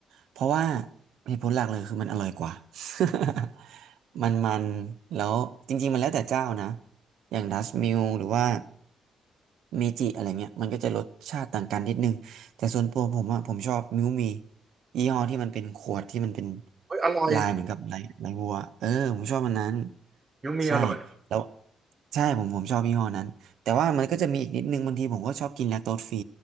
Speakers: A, on the right; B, on the right.
A: เพราะว่าเหตุผลหลักเลยคือมันอร่อยกว่า <laughs> มันมันแล้วจริงๆมันแล้วแต่เจ้านะอย่างดัสมิลหรือว่าเมจิอะไรเงี้ยมันก็จะรสชาติต่างกันนิดนึงแต่ส่วนตัวผมอะผมชอบมิวมียี่ห้อที่มันเป็นขวดที่มันเป็น
B: เฮ้ยอร่อย
A: ลายเหมือนกับลายลายวัวเออผมชอบมันนั้น
B: ยูมีอร่อย
A: ใช่แล้วใช่ผมผมชอบยี่ห้อนั้น แต่ว่ามันก็จะมีอีกนิดนึงบางทีผมก็ชอบกินแลคโตสฟรี